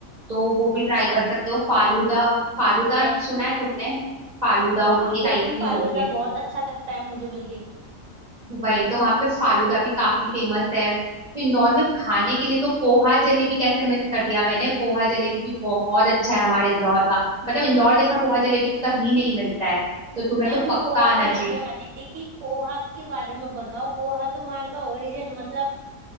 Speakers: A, on the right; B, on the right.
A: तो वो भी
B: अच्छा
A: ट्राई कर सकते हो फालूदा
B: ठीक
A: फालूदा
B: है
A: सुना है तुमने फालूदा होती
B: हाँ
A: है एक
B: बिल्कुल
A: आइसक्रीम
B: फालूदा
A: होती है
B: बहुत अच्छा लगता है मुझे बल्कि
A: वही तो वहाँ पे फालूदा भी काफी फेमस है तो इंदौर में खाने के लिए तो पोहा जलेबी कैसे मिस कर दिया मैंने पोहा जलेबी भी बहुत अच्छा है हमारे इंदौर का मतलब इंदौर
B: म-
A: जैसा पोहा जलेबी कहीं नहीं मिलता है तो तुम्हें
B: मैं
A: तो
B: भी
A: पक्का
B: पोहा
A: आना
B: पे ही
A: चाहिए
B: आने वाली थी कि पोहा के बारे में बताओ पोहा तो वहाँ का ओरिजिन मतलब